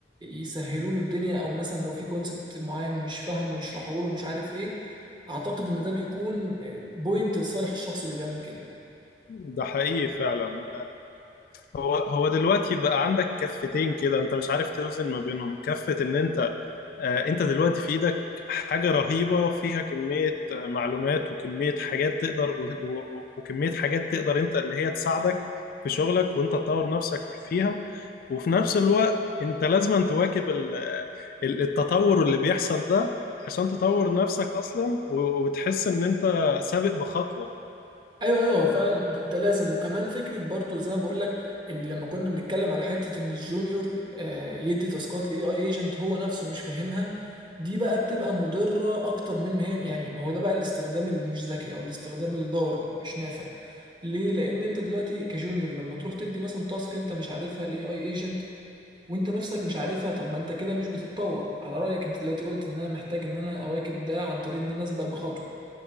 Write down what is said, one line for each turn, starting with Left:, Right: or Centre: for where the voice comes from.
Right: يسهلوا له الدنيا او مثلا لو في كونسبت معين مش فاهمه يشرحه له مش عارف ايه اعتقد ان ده بيكون بوينت لصالح الشخص اللي بيعمل كده
Left: ده حقيقي فعلا هو هو دلوقتي بقى عندك كفتين كده انت مش عارف توزن ما بينهم كفة ان انت آه، انت دلوقتي في ايدك حاجة رهيبة فيها كمية آه، معلومات وكمية حاجات تقدر و- و- وكمية حاجات تقدر انت اللي هي تساعدك في شغلك وانت تطور نفسك فيها وفي نفس الوقت انت لازم تواكب ال- ال- التطور اللي بيحصل ده عشان تطور نفسك اصلا و- وتحس ان انت سابق بخطوة
Right: ايوه ايوه هو فعلا ده, ده لازم وكمان فكره برضو زي ما بقول لك لما كنا بنتكلم على حته ان الجونيور آه، يدي تاسكات لاي اي ايجنت هو نفسه مش فاهمها دي بقى بتبقى مضره اكتر من ما هي يعني ما هو ده بقى الاستخدام اللي مش ذكي او الاستخدام الضار مش نافع ليه لان انت دلوقتي كجونيور لما تروح تدي مثلا تاسك انت مش عارفها لاي اي ايجنت وانت نفسك مش عارفها طب ما انت كده مش بتتطور على رايك انت دلوقتي قلت ان انا محتاج ان انا اواكب ده عن طريق ان انا اسبق بخطوه